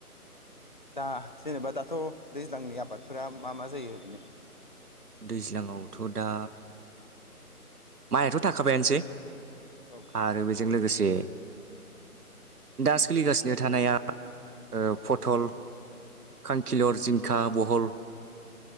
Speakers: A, on the left; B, on the right.
A: दा जेनेबा दाथ' दैज्लांनि आबादफोरा मा मा जायो ओरैनो
B: दैज्लाङावथ' दा माइआथ' थाखाबायानोसै
A: औ
B: आरो बेजों लोगोसे दे दा सोलिगा नो थानाया ओ पथल खांखिलर जिंखा बहल